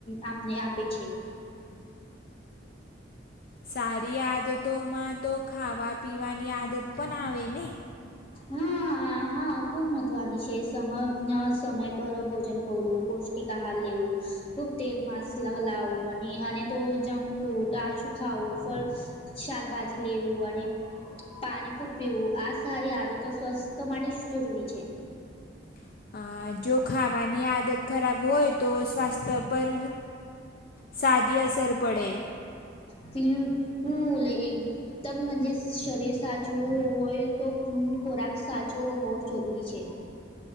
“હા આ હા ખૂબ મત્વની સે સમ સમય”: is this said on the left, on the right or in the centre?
Left